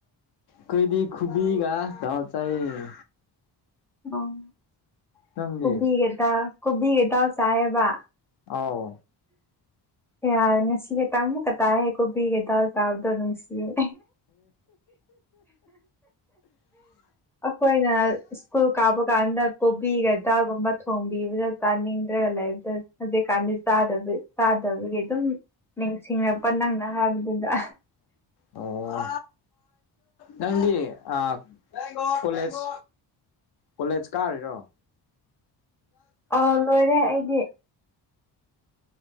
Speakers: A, on the left (about 60°); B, in the centre.
A: ꯀꯣꯏꯗꯤ ꯈꯨꯕꯤꯒ ꯊꯥꯎ ꯆꯥꯏꯌ‌ꯦ
B: ꯑꯣ
A: ꯅꯪꯗꯤ
B: ꯀꯣꯕꯤꯒꯗꯥꯜ ꯀꯣꯕꯤꯒꯗꯥꯜ ꯆꯥꯏꯌꯦꯕ
A: ꯑꯥꯎ
B: ꯌꯥꯔꯦ ꯉꯁꯤꯒ ꯇꯃꯨꯛ ꯀꯗꯥꯥꯏ ꯌ‌ꯦ ꯀꯣꯕꯤꯒ ꯗꯥꯜ ꯇꯥꯕꯗꯣ ꯅꯨꯡꯁꯤꯌ‌ꯦ ꯑꯩꯈꯣꯏꯅ ꯁꯀꯨꯜ ꯀꯥꯕ ꯀꯥꯟꯗ ꯀꯣꯕꯤꯒ ꯗꯥꯜꯒꯨꯝꯕ ꯊꯣꯡꯕꯤꯕꯗ ꯆꯥꯅꯤꯡꯗ꯭ꯔꯒ ꯂꯩꯕꯗ ꯍꯧꯖꯤꯛꯀꯥꯟꯗꯤ ꯇꯥꯗꯕꯒꯤ ꯇꯥꯗꯕꯒꯤ ꯑꯗꯨꯝ ꯅꯤꯡ ꯁꯤꯡꯜꯛꯄ ꯅꯪꯅ ꯍꯥꯏꯕꯗꯨꯗ
A: ꯑꯣ ꯑꯣ ꯅꯪꯗꯤ ꯑ ꯀꯣꯂꯦꯖ ꯀꯣꯂꯦꯖ ꯀꯥꯔꯤꯔꯣ ꯑꯣ
B: ꯑꯥꯎ ꯂꯣꯏꯔꯦ ꯑꯩꯗꯤ